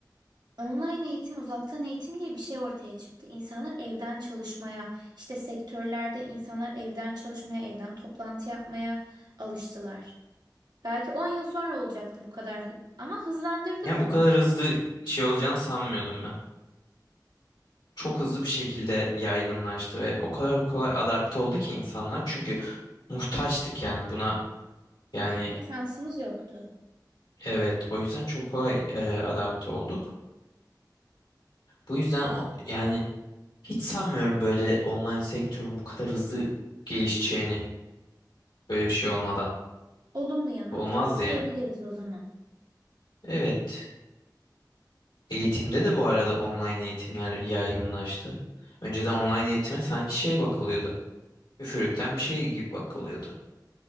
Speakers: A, on the right; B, on the left.
A: online eğitim, uzaktan eğitim diye bir şey ortaya çıktı. İnsanlar evden çalışmaya, işte sektörlerde insanlar evden çalışmaya, evden toplantı yapmaya alıştılar. Belki 10 yıl sonra olacaktı bu kadar hı- ama hızlandırdı
B: Yani
A: bunu.
B: bu kadar hızlı şey olacağını sanmıyordum ben. Çok hızlı bir şekilde yaygınlaştı ve o kadar kolay adapte oldu ki insanlar. Çünkü muhtaçtık yani buna. Yani
A: Başka bir şansımız yoktu.
B: evet o yüzden çok kolay e, adapte olduk. Bu yüzden o- yani hiç sanmıyorum böyle online sektörün bu kadar hızlı gelişeceğini böyle bir şey olmadan.
A: Olumlu yanını
B: Olmaz
A: da bu diyebiliriz
B: yani.
A: o zaman.
B: Evet. Eğitimde de bu arada online eğitimler yaygınlaştı. Önceden online eğitime sanki şey bakılıyordu. Üfürükten bir şey gibi bakılıyordu.